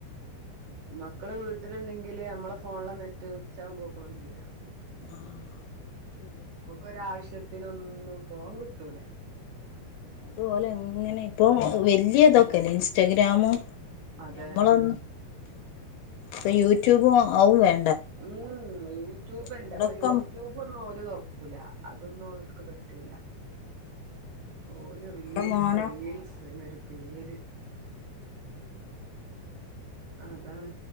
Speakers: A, on the right; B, on the left.
A: മക്കള് വീട്ടില്ണ്ടെങ്കില് ഞമ്മളെ ഫോണിലെ നെറ്റ് ഉച്ചയാമ്പോക്കണും തീരും
B: ആഹ് ശെരിയാ
A: ഒരാവശ്യത്തിനൊന്നും ഫോൺ കിട്ടൂല
B: ഇതോലങ്ങനെ ഇപ്പം വെല്യ ഇതൊക്കെല്ലേ ഇൻസ്റ്റഗ്രാമും
A: അതെ
B: ഞമ്മളൊന്നും
A: ഉം
B: ഇപ്പ യൂട്യൂബും അവ്വും വേ
A: ഉം യൂട്യൂബല്ല
B: ഇവിടൊക്കെ
A: ഇപ്പൊ യൂട്യൂബ് ഇതൊന്നും ഓല് തൊറക്കൂല അതൊന്നും ഓൽക്ക്‌ പറ്റൂല ഓല് റീൽസ്
B: ഇവിടെ മോനെ
A: റീൽസ് പിന്നയ്നൊരു പേര് ആഹ് അതാണ്